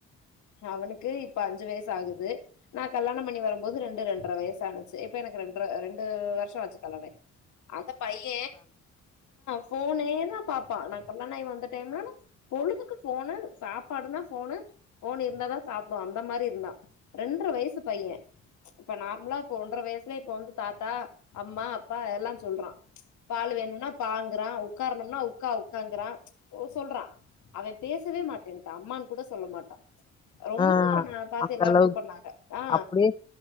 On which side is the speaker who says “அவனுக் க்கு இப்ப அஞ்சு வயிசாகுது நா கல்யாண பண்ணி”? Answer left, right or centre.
Left